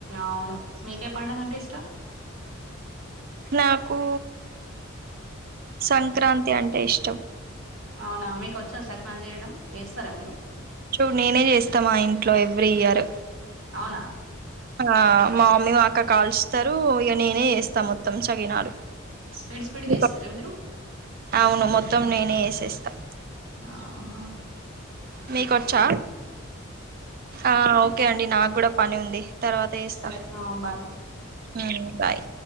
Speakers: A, on the right; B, on the right.
A: అవును. మీకే పండగంటే ఇష్టం.
B: నాకూ, సంక్రాంతి అంటే ఇష్టం.
A: అవునా మీకొచ్చా సక్నాలు జేయడం. వేస్తారా మీరు.
B: సో నేనే చేస్తామా ఇంట్లో ఎవ్రీ ఇయర్.
A: అవునా
B: ఆ మా మమ్మీ మా అక్క కాలుస్తరూ. ఇగ నేనే చేస్తా మొత్తం చకినాలు.
A: స్పీడ్ స్పీడ్గా చేస్తారా
B: <inaudible>
A: మీరు
B: అవును మొత్తం నేనే ఏసేస్త్ అ
A: ఆహ
B: మీకొచ్చా ఆఓక్ ఓకే అండి నాక్ గూడా పని ఉంది. తర్వాత చేస్తా
A: సరే ఆ బాయ్
B: ఉమ్ బాయ్